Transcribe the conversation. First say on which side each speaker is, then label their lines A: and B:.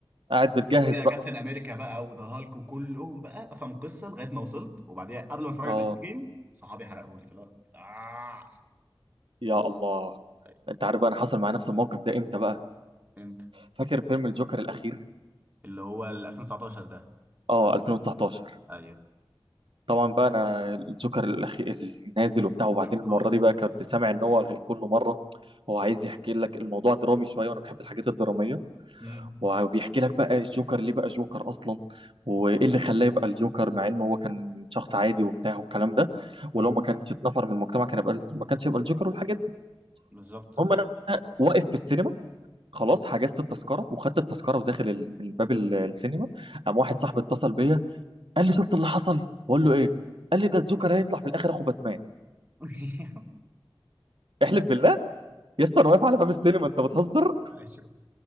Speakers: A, on the right (about 75°); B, on the right (about 20°).
A: قاعد بتجهز
B: وإيه ده
A: بقى
B: كابتن امريكا بقى وذا هالك وكلهم بقى افهم قصه لغايه ما وصلت وبعديها قبل ما اتفرج
A: اه
B: على اند جيم صحابي حرقوا لي فلا آه.
A: يا الله
B: طيب،
A: انت عارف بقى انا حصل معايا نفس الموقف ده امتى بقى
B: انت
A: فاكر فيلم الجوكر الاخير
B: اللي هو ال 2019 ده
A: اه 2019
B: ايوه
A: طبعا بقى انا الجوكر الاخير النازل وبتاع وبعدين
B: كان
A: المره
B: قوي
A: دي بقى كنت سامع ان هو غير كل مره هو عايز يحكي لك الموضوع درامي شويه وانا بحب الحاجات الدراميه
B: أمم،
A: وبيحكي لك بقى الجوكر ليه بقى جوكر اصلا وايه اللي خلاه يبقى الجوكر مع انه هو كان شخص عادي وبتاع والكلام ده
B: أمم،
A: ولو ما كانش اتنفر من المجتمع كان يبقى ما كانش يبقى الجوكر والحاجات دي
B: بالظبط
A: المهم انا واقف في السينما خلاص حجزت التذكره وخدت التذكره وداخل ال- من باب ال- السينما قام واحد
B: مم.
A: صاحبي اتصل بيا قال لي شفت اللي حصل بقول له ايه قال لي ده الجوكر هيطلع في الاخر اخو باتمان
B: <laughs>
A: احلف بالله يا اسطى انا واقف على باب السينما انت بتهزر
B: ايوه